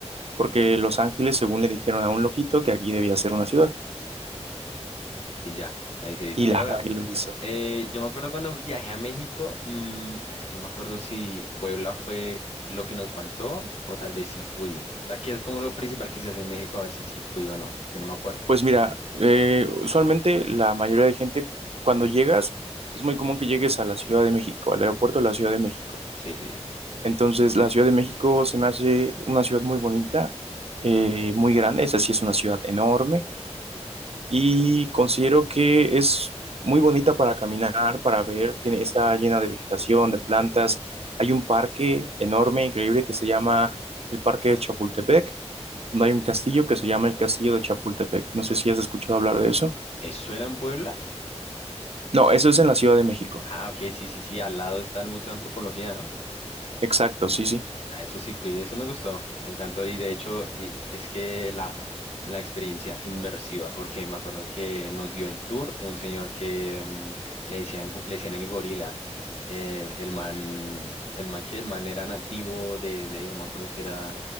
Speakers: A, on the right; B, on the left.
A: porque
B: Ajá.
A: Los Ángeles, según le dijeron a un loquito, que aquí debía ser una ciudad,
B: Y ya, ahí se hizo.
A: y la
B: Pero bueno,
A: y lo hizo.
B: eh, yo me acuerdo cuando viajé a México, mm, es que no me acuerdo si Puebla fue lo que nos faltó o tal vez sí fui. O sea, que es como lo principal que se hace en México, a ver si sí fui o no, porque no me acuerdo.
A: Pues mira, eh, usualmente la mayoría de gente, cuando llegas, es muy común que llegues a la Ciudad de México, al aeropuerto de la Ciudad de México.
B: Sí, sí.
A: Entonces, la Ciudad de México se me hace una ciudad muy bonita, eh, muy grande, esa sí es una ciudad enorme, y considero que es muy bonita para caminar, para ver, tiene, está llena de vegetación, de plantas. Hay un parque enorme, increíble, que se llama el Parque de Chapultepec, donde hay un castillo
B: Ah.
A: que se llama el Castillo de Chapultepec. No sé si has escuchado hablar de eso.
B: ¿Eso era en Puebla?
A: No, eso es en la Ciudad de México.
B: Ah, ok, sí, sí, sí. Al lado está el Museo de Antropología, ¿no?
A: Exacto, sí, sí.
B: A eso sí fui, eso me gustó, me encantó. Y de hecho, y es que la, la experiencia inmersiva, porque me acuerdo que nos dio el tour un señor que mm, le decían, le decían el gorila. Eh, el man, el man que el man era nativo de, de ahí, no me acuerdo si era